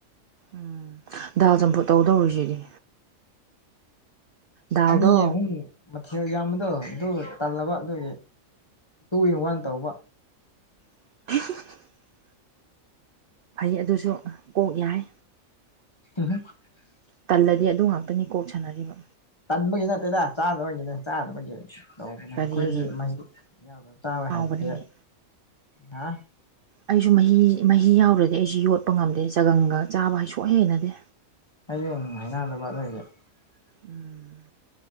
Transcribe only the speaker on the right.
ꯎꯝ ꯗꯥꯜ ꯆꯝꯐꯨꯠ ꯇꯧꯗꯧꯔꯤꯁꯤꯗꯤ ꯗꯥꯜꯗꯣ
<unintelligible> ꯐꯩ ꯑꯗꯨꯁꯨ ꯀꯣꯛ ꯌꯥꯏ
ꯇꯜꯂꯗꯤ ꯑꯗꯨ ꯉꯥꯛꯇꯅꯤ ꯀꯣꯛ ꯁꯥꯟꯅꯔꯤꯕ
ꯀꯔꯤꯒꯤ
ꯍꯥꯎꯕꯅꯤꯅꯦ
ꯑꯩꯖꯨ ꯃꯍꯤ ꯃꯍꯤ ꯌꯥꯎ꯭ꯔꯗꯤ ꯑꯩꯖꯨ ꯌꯣꯠꯄ ꯉꯝꯗꯦ ꯆꯒꯪꯒ ꯆꯥꯕ ꯍꯩ ꯁꯨꯛꯍꯩ ꯍꯩꯅꯗꯦ
ꯎꯝ